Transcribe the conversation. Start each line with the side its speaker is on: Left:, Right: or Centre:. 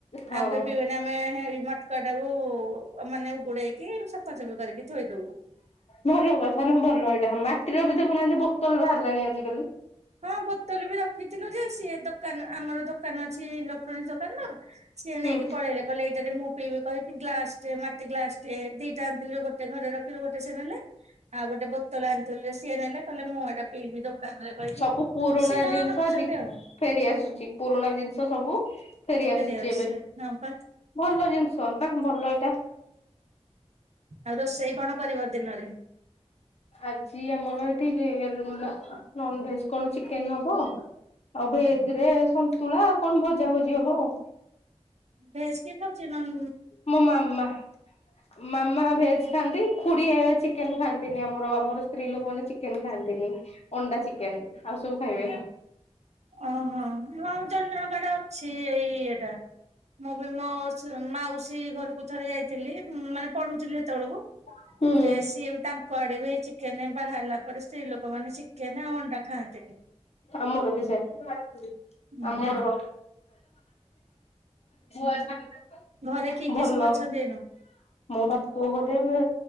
Left: ହଁ
Right: ଆଉ କେହି ପିଇବେନି। ଆମେ ହେ ମାଟକା ଟାକୁ ମାନେ ଉଗୁଡେଇକି ସଫାସୁଫି କରିକି ଥୋଇଦବୁ।
Left: ଭଲ କଥା ନା ଭଲ ଏଇଟା ମାଟିର ବି ଦେଖୁନାହାନ୍ତି ବୋତଲ ବାହାରିଲାଣି ଆଜିକାଲି।
Right: ହଁ ବୋତଲ ବି ରଖିଥିଲୁ ଯେ ସିଏ ଦୋକାନ ଆମର ଦୋ ଦୋକାନ ଅଛି ଇଲେକ୍ଟ୍ରୋନିକ୍ ଦୋକାନ। ତ ସିଏ ନେଇକି
Left: ହୁଁ
Right: ପଳେଇଲେ କହିଲେ ଏଇଟା ରେ ମୁଁ ପିବେ କହିକି ଗ୍ଲାସ ଟେ ମାଟି ଗ୍ଲାସ ଟେ ଦିଟା ଆଣିଥିଲୁ ଗୋଟେ ଘରେ ରଖିଲୁ ଗୋଟେ ସେ ନେଲେ। ଆଉ ଗୋଟେ ବୋତଲ ଆଣିଥିଲୁ ଯେ ସିଏ ନେଲେ କହିଲେ ମୁଁ ଏଇଟା ପିଇବି ଦୋକାନରେ କହିକି
Left: ସବୁ ପୁରୁଣା
Right: ସିଏ ତାଙ୍କର
Left: ଜିନିଷ
Right: ରଖିଛନ୍ତି
Left: ଆଜି
Right: ଆଉ
Left: ଫେରି ଆସୁଛି ପୁରୁଣା ଜିନିଷ ସବୁ ଫେରି ଆସୁଛି
Right: ଫେରିଆର
Left: ଏବେ।
Right: ସେ ହଁ ପା
Left: ଭଲ ଜିନିଷ ନା ଭଲ ଏଇଟା।
Right: ଆଉ ରୋଷେଇ କଣ କରିବ ଦିନରେ?
Left: ଆଜି ଆମର ଏଠି ନ ନନଭେଜ କଣ ଚିକେନ ହବ। ଆଉ ଭେଜ ରେ ସନ୍ତୁଳା ଆଉ କଣ ଭଜା ଭଜି ହବ ଆଉ।
Right: ଭେଜ କିଏ ଖାଉଛି ନନ୍
Left: ମୋ ମାମା। ମାମା ଭେଜ ଖାଆନ୍ତି ଖୁଡି ଏ ଚିକେନ ଖାଆନ୍ତିନି ଆମର ଆମର ସ୍ତ୍ରୀ ଲୋକମାନେ ଚିକେନ ଖାଆନ୍ତିନି। ଅଣ୍ଡା, ଚିକେନ ଆଉ ସବୁ ଖାଇବେ।
Right: ଓହୋ ହଁ ଜଣଜଣଙ୍କ ଆଡେ ଅଛି ଏଇ ଇଏଟା। ମୁଁ ବି ମୋ ମାଉସୀ ଘରକୁ ଥରେ ଯାଇ ଥିଲି ମାନେ ପଢୁଥିଲି ହେତେବେଳକୁ
Left: ହୁଁ
Right: ଯେ ସିଏ ବି ତା କୁଆଡେ ବି ଚିକେନ ବାହାହେଲା ପରେ ସ୍ତ୍ରୀ ଲୋକମାନେ ଚିକେନ ଆଉ ଅଣ୍ଡା ଖାଆନ୍ତିନି।
Left: ଆମର ବି ସେଇୟା।
Right: ହୁଁ
Left: ଆମର
Right: ହୁଁ।
Left: <unintelligible>
Right: ଘରେ କିଏ
Left: ଭଲ
Right: କିଏ ସବୁ ଅଛନ୍ତି ଏନୁ?
Left: ମୋ ବାପ ଘରେ ମୋ